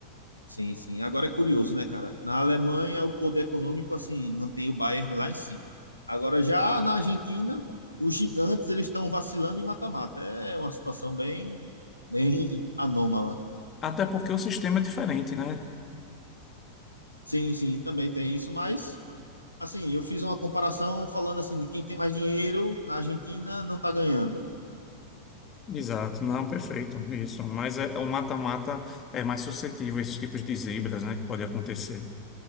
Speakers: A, on the left (about 85°); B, on the left (about 25°).
A: Sim, sim. Agora é curioso, né, cara? Na Alemanha, o poder econômico, assim, mantém o Bayern lá em cima. Agora, já na Argentina, os gigantes, eles estão vacilando em mata-mata. É uma situação bem, bem anômala.
B: Até porque o sistema é diferente, né?
A: Sim, sim, também tem isso, mas, assim, eu fiz uma comparação falando, assim, de quem tem mais dinheiro na Argentina não tá ganhando.
B: Exato, não, perfeito, isso. Mas é, o mata-mata é mais suscetível a esses tipos de zebras, né, que pode acontecer.